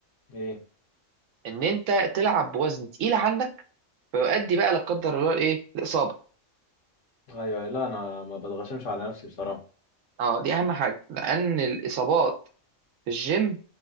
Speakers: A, on the left (about 70°); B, on the right (about 75°).
A: ايه
B: ان انت تلعب بوزن تقيل عنك فيؤدي بقى لا قدر الله ايه الاصابه
A: ايوه لا انا ما بتغشمش على نفسي بصراحه
B: اه دي اهم حاجه لان الاصابات في الجيم